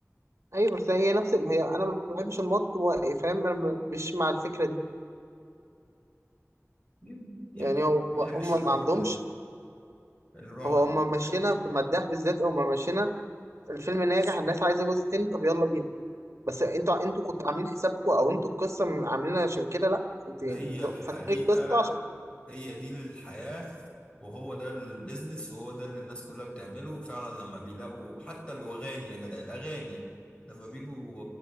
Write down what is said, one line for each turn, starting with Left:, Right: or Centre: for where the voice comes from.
Right: ايوه بس هي نفس ما هي انا ما بحبش المط و- فاهم انا م- مش مع الفكره دي
Left: يم- يمكن
Right: يعني هو
Left: ما بحبش
Right: هم
Left: الرعب
Right: ما عندهمش
Left: الرعب
Right: هو هما ماشيينها في المداح بالذات هما ماشيينها الفيلم ناجح الناس عايزه جزء تاني طب يلا بينا بس انتوا انتوا كنتوا عاملين حسابكم او انتوا القصه عاملينها عشان كده لا انتوا يعني
Left: هي
Right: انتوا
Left: الحقيقة
Right: فاتحين القصه عشان
Left: هي دي الحياة وهو ده البيزنس وهو ده اللي الناس كلها بتعمله فعلا لما بيلاقوا حتى الأغاني يا جدع الأغاني لما بيجوا